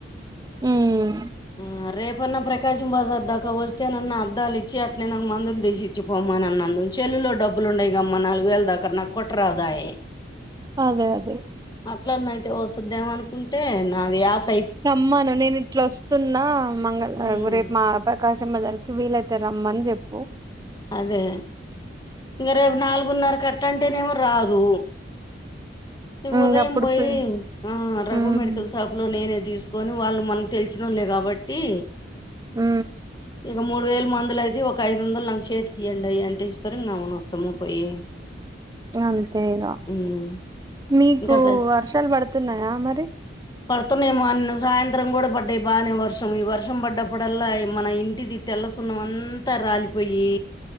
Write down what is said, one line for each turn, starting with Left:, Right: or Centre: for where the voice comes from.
Right: హ్మ్
Left: ఆ రేపన్నా ప్రకాశం బజార్ దాకా వస్తేనన్న అద్దాలు ఇచ్చి అట్నేనే మందులు తీసిచ్చ మార్చి పొమనాన్నందుకు సేల్లులో డబ్బులు ఉండయి గా మా నాలుగు వేలు దాకా నాక్ కొట్టారాధయే
Right: అదే అదే
Left: అట్లన్న అయితే ఓసుద్దేమ అనుకుంటే నాది ఆఫ్
Right: రమ్మాను నేను ఇట్లా ఒస్తున్నా మంగళ
Left: మ్మ్
Right: రేపు మా అపార్ట్ కాశం బజార్ కి వీలైతే రమ్మని చేప్పు
Left: అదే ఇంగ రేపు నాలుగున్నర కట్టంటేనేమో రాదు ఇ
Right: ఇంగప్పుడు
Left: ఉదయం బోయి,
Right: పి
Left: ఆ రఘు
Right: హ్మ్
Left: మెడికల్ షాప్ లో నేనే తీసుకొని వాళ్ళు మనకు తెలిసినోలే కాబట్టి
Right: మ్
Left: ఇక మూడు వేల మందులు అయితే ఒక ఐదు వందలు నాకు చేతికి ఈయండి ఆయా అంటే ఇస్తారు ఇ అ మన వస్తామ పోయి
Right: అంతేగా
Left: మ్మ్
Right: మీకు
Left: గదే
Right: వర్షాలు పడుతున్నాయా మరి
Left: పడుతున్నామో అన్న సాయంత్రం కూడా పడ్డాయి బాగానే వర్షం ఈ వర్షం పడ్డప్పుడల్లా మన ఇ ఇంటిది తెల్ల సున్నం అంతా రాలిపోయి.